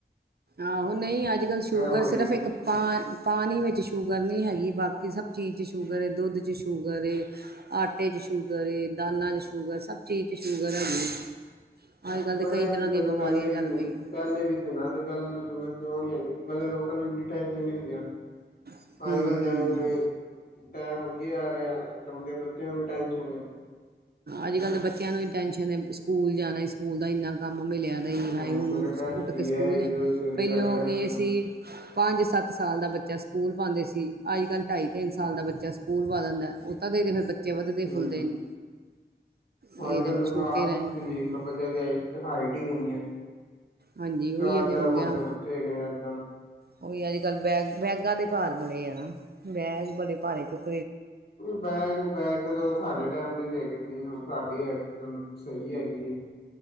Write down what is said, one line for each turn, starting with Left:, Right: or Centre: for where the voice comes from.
Right: ਆਹੋ ਨਹੀਂ ਅੱਜ ਕੱਲ੍ਹ ਸ਼ੂਗਰ
Left: ਹੋਏਗੀ।
Right: ਸਿਰਫ਼ ਇੱਕ ਪਾ ਪਾਣੀ ਵਿੱਚ ਸ਼ੂਗਰ ਨਹੀਂ ਹੈਗ ਬ <unintelligible> ਬੀ ਬਾਕੀ ਸਭ ਚੀਜ ਚ ਸ਼ੂਗਰ ਏ ਦੁੱਧ ਚ ਸ਼ੂਗਰ ਏ ਆਟੇ ਚ ਸ਼ੂਗਰ ਏ ਤੇ ਦਾਲਾਂ ਚ ਸ਼ੂਗਰ ਸਭ ਚੀਜ਼ ਚ ਸ਼ੂਗਰ ਹੈਗੀ ਆ ਅੱਜ ਕੱਲ ਤੇ
Left: ਪਰ
Right: ਕਈ
Left: ਇਹ
Right: ਤਰ੍ਹਾਂ
Left: ਚੀਜ਼ਾਂ
Right: ਦੀਆਂ
Left: ਤੇ
Right: ਬਿਮਾਰੀਆਂ
Left: ਪਹਿਲੇ ਵੀ
Right: ਚੱਲ
Left: ਸੀ
Right: ਪਈਆਂ
Left: ਪਹਿਲੇ ਵੀ ਸੀ ਨਾ ਤੇ ਪਹਿਲਾਂ ਨੂੰ ਸ਼ੂਗਰ ਕਿਉਂ ਨਹੀਂ ਹੈਗੀ ਸੀ ਪਹਿਲੇ ਲੋਕਾਂ ਨੂੰ ਇੰਨੀ ਟੈਂਸ਼ਨ ਨੀ ਆਂ
Right: ਹੂੰ
Left: ਅੱਜ ਕੱਲ
Right: ਹੂੰ
Left: ਜਵੇਂ ਜਿਵੇਂ ਟੈਮ ਅੱਗੇ ਆ ਰਿਹਾ ਜੰਮਦੇ ਬੱ ਤੇ ਉਹ ਟੈਂਨਸ਼ਨ ਏ
Right: ਅੱਜ ਕੱਲ ਦੇ ਬੱਚਿਆਂ ਨੂੰ ਹੀ ਟੈਸ਼ਨ ਹੈ ਸਕੂਲ ਜਾਣਾ ਸਕੂਲ ਦਾ ਇੰਨਾ ਕੰਮ ਮਿਲਿਆ ਕ ਹਾਏ
Left: ਹਾਂ
Right: ਹੁ ਨੂੰ
Left: ਸਵੇਰੇ ਟੈਸਟ
Right: ਉੱਠ ਕੇ
Left: ਹੀ
Right: ਸਕੂਲ
Left: ਹੈ ਇਹੋ
Right: ਦੇ
Left: ਸਵੇਰੇ
Right: ਪਹਿਲੋਂ
Left: ਜਾਗਿਆ ਕਰਨਾ
Right: ਇਹ ਸੀ
Left: ਮੈਂ
Right: ਪੰਜ ਸੱਤ ਸਾਲ ਦਾ ਬੱਚਾ ਸਕੂਲ ਪਾਂਦੇ ਸੀ ਅੱਜ ਕੱਲ੍ਹ ਢਾਈ ਤਿੰਨ ਸਾਲ ਦਾ ਬੱਚਾ ਸਕੂਲ ਪਾ ਦਿੰਦਾ ਐ ਉਹ ਤਾਂ ਦੇਖਦੇ ਫਿਰ ਬ <unintelligible> ੱਚੇ ਵੱਧਦੇ
Left: ਹੂੰ
Right: ਫੁੱਲਦੇ ਨੇ ਇਹ
Left: ਅੱਜ
Right: ਰਹਿ
Left: ਕੱਲ
Right: ਛੋਟੇ
Left: ਆ
Right: ਰਹਿ
Left: ਵੀ ਤੁਸੀਂ ਵੇਖ
Right: ਹਾਂ
Left: ਲਓ ਬੱਚਾ ਦੀ ਆਈ ਹਾਈਟ ਹੀ ਕਿੰਨੀ ਹੈ
Right: ਹਾਂਜੀ ਉਹੀ
Left: ਚਾਰ
Right: ਤੇ
Left: ਚਾਰ
Right: ਹੋ
Left: ਫੁਟ
Right: ਗਿਆ
Left: ਦੇ ਬੱਚੇ ਹੈਗੇ ਆ ਅੱਜ ਕੱਲ੍ਹ
Right: ਉਹੀ ਅੱਜ ਕੱਲ ਬੈਗ ਬੈਗਾਂ ਦੇ ਭਾਰ ਬੜੇ ਆ ਨਾ ਬੈਗ ਬੜੇ ਭਾਰੇ ਚੁੱਕ
Left: ਬੈਗ ਬੈਗ ਤੇ ਸਾਡੇ ਟਾਈਮ ਦੇ ਵੀ ਹੈਗੇ ਸੀ ਹੁਣ ਸਾਡੀ <unintelligible> ਸਹੀ ਹੈਗੀ ਏ